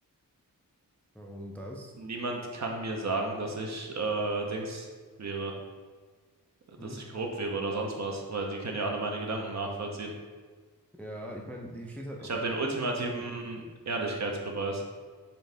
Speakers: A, in the centre; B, on the right.
A: Warum das?
B: Niemand kann mir sagen, dass ich, äh, Dings wäre, dass
A: Hm?
B: ich korrupt wäre oder sonst was, weil die können ja alle meine Gedanken nachvollziehen.
A: Ja, ich meine, hier steht halt
B: Ich
A: auf
B: habe
A: einer
B: den ultimativen
A: öffentlichen,
B: Ehrlichkeitsbeweis.